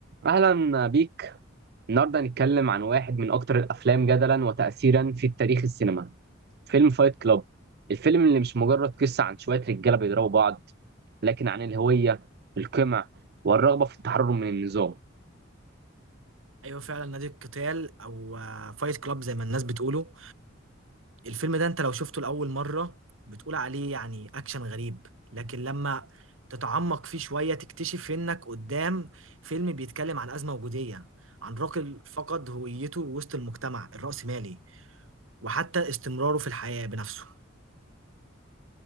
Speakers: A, on the right; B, on the right.
A: أهلا بيك النهاردة هنتكلم عن واحد من أكتر الأفلام جدلا وتأثيرا في تاريخ السينما فيلم فايت كلاب الفيلم اللي مش مجرد قصة عن شوية رجالة بيضربوا بعض لكن عن الهوية القمع والرغبة في التحرر من النظام
B: ايوه فعلا نادي القتال او فايت كلاب زي ما الناس بتقوله الفيلم ده انت لو شفته لاول مره بتقول عليه يعني اكشن غريب لكن لما تتعمق فيه شويه تكتشف انك قدام فيلم بيتكلم عن ازمه وجوديه عن راجل فقد هويته وسط المجتمع الرأسمالي وحتى استمراره في الحياه بنفسه